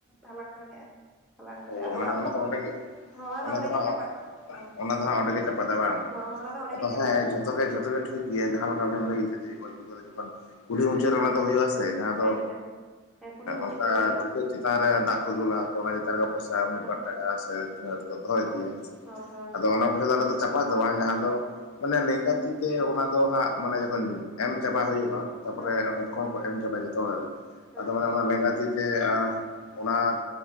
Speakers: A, in the centre; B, on the left.
A: ᱦᱟᱞᱟᱝ ᱫᱟᱲᱮᱭᱟᱜᱼᱟ ᱾ ᱦᱟᱞᱟᱝ ᱠᱟᱛᱮᱫ
B: ᱚ
A: ᱟᱫᱚ
B: ᱢᱟᱱᱮ
A: ᱚᱲᱟᱜ ᱫᱚ
B: ᱚᱱᱟ
A: ᱵᱟᱠᱚ
B: ᱚᱸᱰᱮ ᱜᱮ
A: ᱦᱳᱭ
B: ᱚᱱᱟ
A: ᱚᱸᱰᱮ
B: ᱫᱚ ᱦᱟᱸᱜ
A: ᱜᱮ ᱪᱟᱯᱟᱜ ᱦᱳᱭ
B: ᱚᱱᱟ ᱫᱚ ᱚᱸᱰᱮ ᱜᱮ <unintelligible> ᱵᱟᱝ
A: ᱦᱚᱸ ᱦᱚᱸ ᱚᱱᱟ ᱫᱚ ᱚᱸᱰᱮ
B: ᱟᱫᱚ
A: ᱜᱮ ᱪᱟᱯᱟᱫᱟᱭ
B: ᱦᱮᱸ ᱡᱷᱚᱛᱚ ᱜᱮ ᱡᱷᱚᱛᱚ ᱜᱮ ᱴᱷᱤᱠ ᱜᱮᱭᱟ ᱡᱟᱦᱟᱸ ᱞᱮᱠᱟ
A: ᱦᱮᱸ
B: ᱵᱮᱱ ᱞᱟᱹᱭ ᱟᱠᱟᱛᱫᱮᱭᱟ ᱾ ᱠᱩᱞᱦᱤ ᱢᱩᱪᱟᱹᱫ ᱨᱮ ᱚᱱᱟ ᱫᱚ ᱦᱳᱭᱳᱜᱼᱟ ᱾ ᱡᱟᱦᱟᱸ
A: ᱦᱮᱸ
B: ᱫᱚ
A: ᱦᱮᱸ ᱦᱮᱸ ᱠᱩᱞᱦᱤ ᱢᱩᱪᱟᱹᱫ
B: ᱚᱠᱟ
A: ᱨᱮ ᱦᱩᱭᱩᱜᱼᱟ ᱚᱱᱟ
B: ᱪᱩᱠᱟᱹᱜ
A: ᱫᱚ
B: ᱪᱮᱛᱟᱱ ᱨᱮ ᱫᱟᱜ ᱠᱚ ᱫᱩᱞᱟ ᱚᱱᱟ ᱪᱮᱛᱟᱱ ᱨᱮ ᱯᱚᱭᱥᱟ ᱢᱤᱫ
A: ᱦᱚᱸ
B: ᱵᱟᱴ ᱴᱟᱠᱟ ᱥᱮ ᱤᱱᱟᱹᱜ ᱠᱟᱛᱮ ᱫᱚᱦᱚᱭᱼᱟ
A: ᱦᱳᱭ ᱦᱳᱭ ᱦᱳᱭ
B: ᱟᱫᱚ ᱚᱱᱟ ᱯᱚᱭᱥᱟ ᱫᱚ ᱟᱞᱮ ᱪᱟᱯᱟᱫ ᱫᱚ ᱵᱟᱝ ᱡᱟᱦᱟᱸ ᱫᱚ ᱢᱟᱱᱮ ᱞᱮᱸᱜᱟ ᱛᱤ ᱛᱮ ᱚᱱᱟ ᱫᱚ ᱦᱟᱸᱜ ᱢᱟᱱᱮ ᱡᱚᱠᱷᱚᱱ ᱮᱢ ᱪᱟᱵᱟ ᱦᱳᱭᱳᱜᱼᱟ ᱾ ᱛᱟᱯᱚᱨᱮ
A: ᱦᱚᱸ
B: ᱡᱚᱠᱷᱚᱱ ᱠᱚ ᱮᱢ ᱪᱟᱵᱟᱭᱟ ᱡᱚᱛᱚ ᱦᱚᱲ
A: ᱦᱚᱸ
B: ᱟᱫᱚ ᱢᱟᱱᱮ ᱚᱱᱟ ᱞᱮᱸᱜᱟ ᱛᱤ ᱡᱮ ᱚᱱᱟ